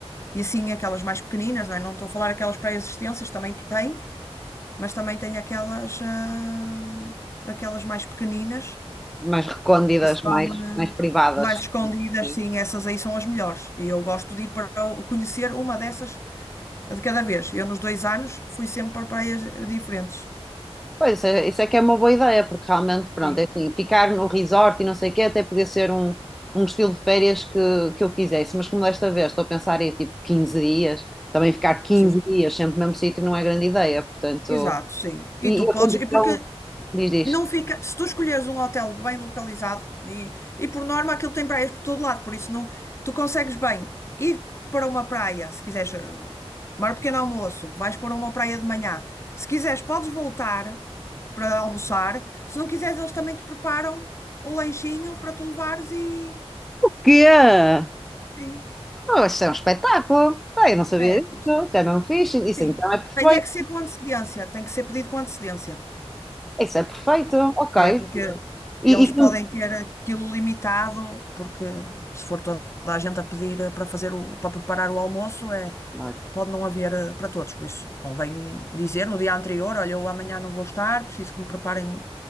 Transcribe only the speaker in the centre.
Mais recônditas,
mais,
mais privadas.
Sim.
Pois, isso é, isso é que é uma boa ideia, porque realmente, pronto,
é assim, ficar no resort e não sei o quê, até podia ser um, um estilo de férias que, que eu quisesse, mas como desta vez estou a pensar em tipo 15 dias, também ficar quinze
dias sempre no mesmo sítio não é grande ideia, portanto,
e,
e
a condição,
diz, diz,
Que
oh, isso é um espetáculo, ah, eu não sabia
disso,
isso é mesmo fixe, isso
então é perfeito,
isso é perfeito, ok,
e,
e
quando-
ai,